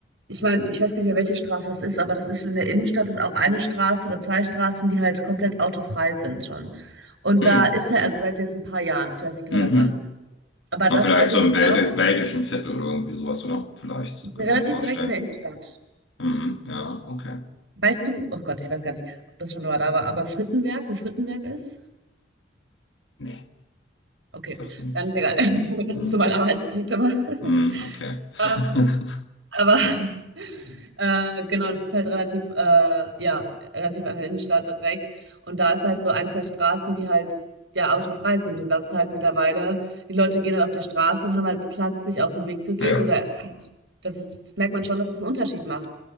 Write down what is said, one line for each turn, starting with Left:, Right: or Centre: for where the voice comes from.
Right: ich meine, ich weiß gar nicht mehr, welche Straße das ist, aber das ist in der Innenstadt, ist auch eine Straße oder zwei Straßen, die halt komplett autofrei sind schon. Und
Left: Hm.
Right: da ist er, also seit jetzt ein paar Jahren, ich weiß nicht genau
Left: Mhm.
Right: seit wann. Aber
Left: Na,
Right: das
Left: vielleicht
Right: ist auf jeden
Left: so im
Right: Fall
Left: Belgi
Right: auch
Left: belgischen Viertel oder irgendwie sowas, oder? Vielleicht, so könnte
Right: relativ
Left: ich mir vorstellen.
Right: direkt in der Innenstadt.
Left: Mhm, ja, okay.
Right: Weißt du, oh Gott, ich weiß gar nicht, ob das schon mal da war, aber Frittenwerk, wo Frittenwerk ist?
Left: Nee,
Right: Okay,
Left: sagt mir nichts.
Right: dann ist egal. <laughs> Das
Left: Mhm,
Right: ist so mein Anhaltspunkt immer.
Left: mhm, okay.
Right: <laughs>
Left: <laughs>
Right: Aber <laughs> äh, genau, das ist halt relativ, äh, ja, relativ an der Innenstadt direkt. Und da ist halt so ein, zwei Straßen, die halt ja autofrei sind. Und das ist halt mittlerweile, die Leute gehen halt auf der Straße und haben halt Platz, sich aus dem Weg zu gehen.
Left: Ja.
Right: Oder halt, das ist, das merkt man schon, dass es einen Unterschied macht.